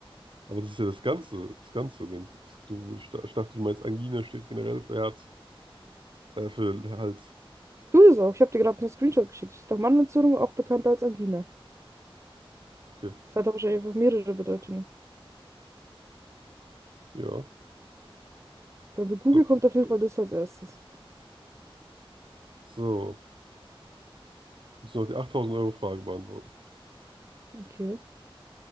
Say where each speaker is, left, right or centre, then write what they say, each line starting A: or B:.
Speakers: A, on the right; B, on the right.
A: Aber das ist ja das ganze, das ganze Ding. Es- Du, ich da- ich dachte, du meinst, Angina steht generell für Herz, äh, für Hals.
B: Du es auch. Ich habe dir gerade einen Screenshot geschickt. Steht auch Mandelentzündung, auch bekannt als Angina.
A: Okay,
B: Das hat aber wahrscheinlich einfach mehrere Bedeutungen.
A: ja.
B: Bei Google
A: So.
B: kommt auf jeden Fall das als erstes.
A: So. Willst du noch die 8000-Euro-Frage beantworten?
B: Okay.